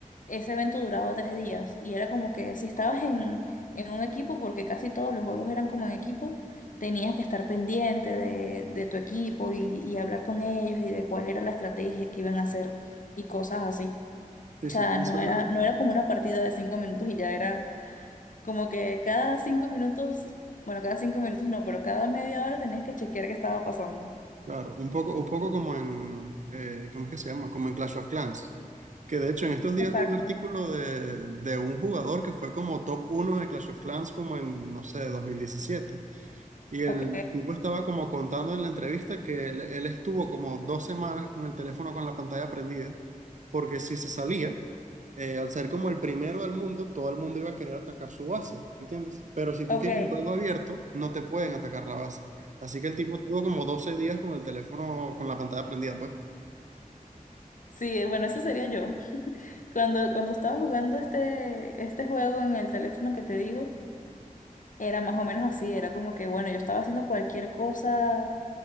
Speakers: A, on the left (about 65°); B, on the right (about 60°).
A: ese evento duraba tres días y era como que si estabas en, en un equipo, porque casi todos los juegos eran como en equipo, tenías que estar pendiente de, de tu equipo y, y hablar con ellos y de cuál era la estrategia que iban a hacer y cosas así.
B: Sí,
A: O
B: sí,
A: sea,
B: me
A: no
B: suena,
A: era, no era como una partida de cinco minutos y ya era como que cada cinco minutos, bueno, cada cinco minutos no, pero cada media hora tenías que chequear qué estaba pasando.
B: claro, un poco, un poco como en, eh, ¿cómo es que se llama? Como en Clash of Clans, que de hecho en estos días
A: Exacto.
B: vi un artículo de, de un jugador que fue como top uno de Clash of Clans como en, no sé, dos mil diecisiete Y el
A: Ok.
B: tipo estaba como contando en la entrevista que él, él estuvo como dos semanas con el teléfono con la pantalla prendida, porque si se salía, eh, al ser como el primero del mundo, todo el mundo iba a querer atacar su base, ¿entiendes? Pero si tú
A: Ok,
B: tienes el juego abierto, no te pueden atacar la base. Así que el tipo tuvo como 12 días con el teléfono con la pantalla prendida, pues.
A: Sí, bueno, eso sería yo. <laughs> Cuando, cuando estaba jugando este, este juego en el teléfono que te digo, era más o menos así, era como que, bueno, yo estaba haciendo cualquier cosa